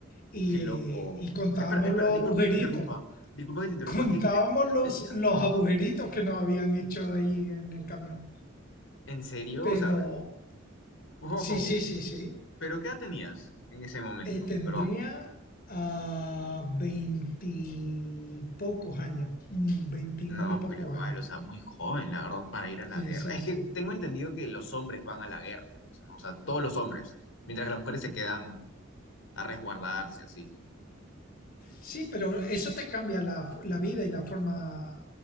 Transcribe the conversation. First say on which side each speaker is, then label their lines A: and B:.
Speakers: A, on the left; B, on the left.
A: y,
B: qué loco.
A: eh, y contábamos
B: Espera, espera,
A: los agujeritos,
B: disculpa que te interrumpa. Disculpa que te interrumpa.
A: contábamos
B: ¿Qué, qué, qué edad
A: los,
B: tenías?
A: los agujeritos que nos habían hecho ahí en el camión.
B: ¿En serio?
A: Pero
B: O sea, wow,
A: sí, sí, sí, sí.
B: pero ¿qué edad tenías en ese momento?
A: Eh, tendría
B: Perdón.
A: a veintipocos años, veinti
B: No,
A: muy pocos
B: pero igual,
A: años.
B: o sea, muy joven, la verdad, para ir a la
A: Sí,
B: guerra.
A: sí,
B: Es
A: sí.
B: que tengo entendido que los hombres van a la guerra, pues, ¿no? O sea, todos los hombres, mientras que las mujeres se quedan a resguardarse, así.
A: Sí, pero eso te cambia la, la vida y la forma,